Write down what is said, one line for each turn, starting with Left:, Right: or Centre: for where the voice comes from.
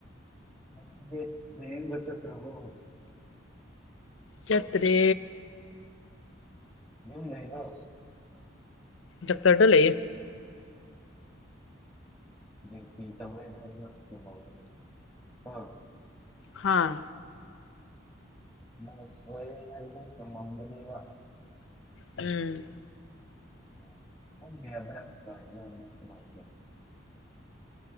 Centre: ꯉꯁꯤꯗꯤ ꯂꯥꯌꯦꯡꯕ ꯆꯠꯇ꯭ꯔꯕꯣ
Left: ꯆꯠꯇ꯭ꯔꯦ
Centre: ꯌꯨꯝ ꯂꯩꯕ꯭ꯔꯣ
Left: ꯗꯛꯇꯔꯗ ꯂꯩꯌꯦ
Centre: ꯗꯤꯎꯇꯤ ꯇꯧꯋꯦ ꯍꯥꯏꯕꯗꯣ ꯆꯨꯝꯃꯝꯒꯅꯤ ꯀꯣ
Left: ꯍꯥꯥ
Centre: ꯅꯪ ꯇꯧꯋꯦ ꯍꯥꯢꯕꯗꯣ ꯆꯨꯝꯂꯝꯒꯅꯤꯕ
Left: ꯎꯝ
Centre: ꯑꯣ ꯄꯨꯡ ꯀꯌꯥꯗ ꯂꯥꯛꯏꯅꯣ ꯅꯣꯏ ꯊꯕꯛꯁꯦ